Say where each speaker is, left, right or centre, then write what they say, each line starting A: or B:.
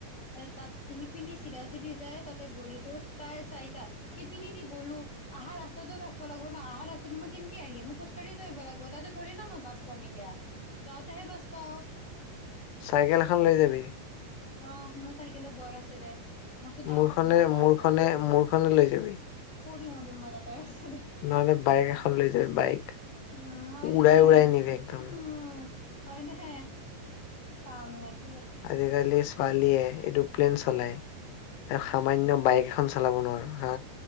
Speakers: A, on the left (about 20°); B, on the left (about 80°).
A: এ তাত সি পিনি চিধা চিধি যায় তাতে গলিটো তাই চাৰিটাত, সি পিনে দি গলো, আহা ৰাস্তাতটো থাকিব লাগিব ন, অহা ৰাস্তাটো মই কেনকে আহিম, মই খোজ কাঢ়ি তু আহিব লাগিব, তাত থৰে না মই বাছ পাম এতিয়া যাওঁতেহে বাছ পাওঁ।
B: চাইকেল এখন লৈ যাবি।
A: অ' মোৰ চাইকেলো বৰ আছে দে। মস্ত ডাঙৰ
B: মোৰখনে,
A: ধুমা এটা
B: মোৰখনে,
A: আছে
B: মোৰখনে লৈ যাবি।
A: <unintelligible> মম ম তাতে
B: নলে বাইগ লৈ যায়, বাইক
A: অঁ, হয় দে,
B: উৰাই
A: হা'হা
B: উৰাই নিবি একদম
A: হয়দে, পাম নেকি
B: আজিকালি ছোৱালীয়ে, এইটো প্লেন চলায় সামান্য বাইক এখন চলাব নোৱাৰো হা!